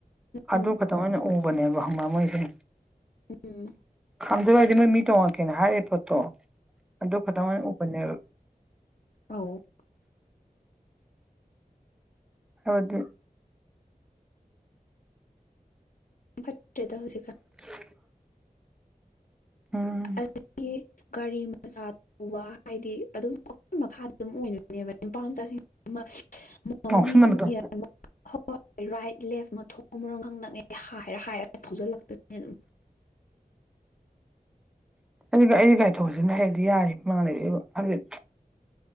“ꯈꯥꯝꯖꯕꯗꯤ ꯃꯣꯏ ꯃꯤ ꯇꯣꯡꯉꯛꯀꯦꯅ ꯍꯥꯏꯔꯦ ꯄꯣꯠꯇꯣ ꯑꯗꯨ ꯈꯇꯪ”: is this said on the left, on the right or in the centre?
Centre